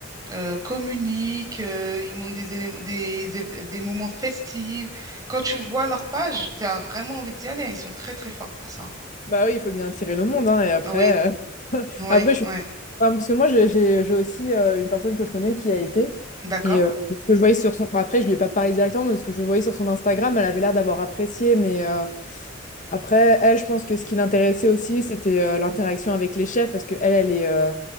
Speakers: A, on the right (about 20°); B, on the left (about 40°).
A: euh, communiquent, euh, ils montrent des, élé- des, év- des moments festifs. Quand tu vois leur page, tu as vraiment envie d'y aller. hein. Ils sont très, très forts pour ça.
B: Bah oui, il faut bien attirer le monde, hein, et après,
A: Oui,
B: euh, <laughs>
A: oui,
B: après je
A: oui.
B: suis- enfin, parce que moi, j'ai j'ai- j'ai aussi euh, une personne que je connais qui a été,
A: D'accord.
B: et euh, ce que je voyais sur son... Après, je lui ai pas parlé directement, mais ce que je voyais sur son Instagram, elle avait l'air d'avoir apprécié, mais euh, après, elle, je pense que ce qui l'intéressait aussi, c'était euh, l'interaction avec les chefs, parce que elle, elle est... euh,